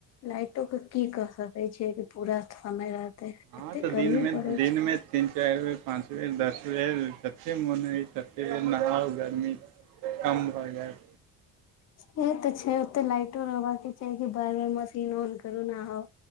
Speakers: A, on the left (about 50°); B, on the right (about 70°).
A: लाइटो के की क सकैत छै कि पूरा समय रहतै,
B: हँ
A: एते
B: तऽ दिनमे
A: गर्मी पड़ै
B: दिनमे
A: छै।
B: तीन चारि बेर, पाँच बेर, दस बेर जते बेर मोन हुए तते बेर नहाउ। गर्मी कम भऽ जायत।
A: से तऽ छै ओते लाइटो रहबाक के चाही कि बार बार मे न करू न आ